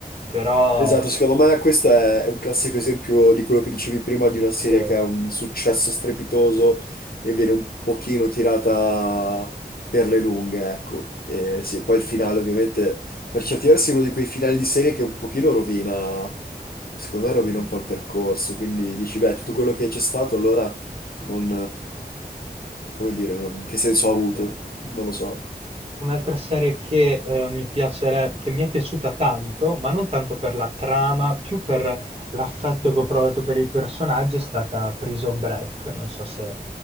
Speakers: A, on the right; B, on the left.
A: però
B: Esatto, secondo me questo è un classico esempio di quello che dicevi prima di una
A: se,
B: serie che ha un successo strepitoso e viene un pochino tirata per le lunghe, ecco. E
A: se-
B: sì, poi il finale ovviamente per certi versi è uno di quei finali di serie che un pochino rovina, secondo me rovina
A: Mm.
B: un po' il percorso, quindi dici, beh, tutto quello che c'è stato allora non, eh, come dire, non- che senso ha avuto?
A: Cioè,
B: Non lo so.
A: Un'altra serie che, eh, mi piacere- che mi è piaciuta tanto, ma non tanto per la trama, più per l'affetto che ho provato per i personaggi, è stata Prison Break. Non so se